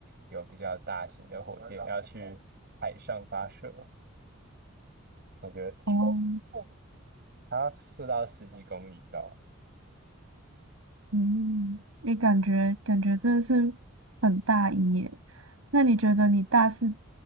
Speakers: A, on the right (about 50°); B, on the right (about 90°).
A: 有比较大型的火箭要去海上发射，我觉得超酷，
B: 哦，
A: 它要射到十几公里高，
B: 嗯，你感觉感觉真的是很大一耶。那你觉得你大四